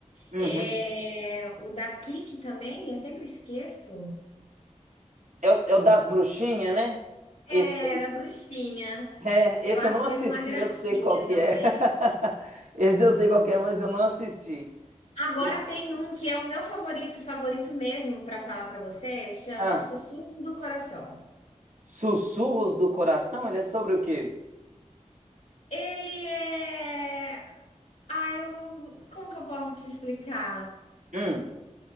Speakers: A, on the right; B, on the left.
A: Uhum.
B: É, o da Kiki também, eu sempre esqueço.
A: É, o é o das bruxinhas, né?
B: Era
A: Esse aí.
B: Bruxinha.
A: É,
B: Eu
A: esse
B: acho
A: eu não assisti,
B: ele uma gracinha
A: eu sei qual que
B: também.
A: é. <laughs> Esse eu sei qual que é, mas eu não assisti.
B: Agora
A: Esse-
B: tem um que é o meu favorito, favorito mesmo pra falar pra você, chama
A: Ah,
B: Sussurros do Coração.
A: Sussurros do Coração, ele é sobre o quê?
B: Ele é. Ah, eu não. Como que eu posso te explicar?
A: Hum,